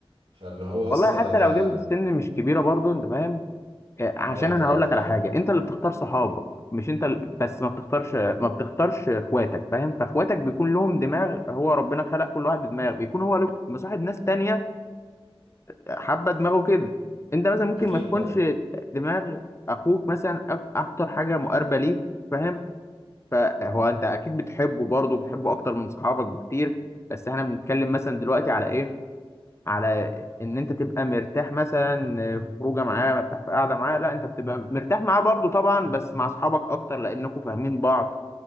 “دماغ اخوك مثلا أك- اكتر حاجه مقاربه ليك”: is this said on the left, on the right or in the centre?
Left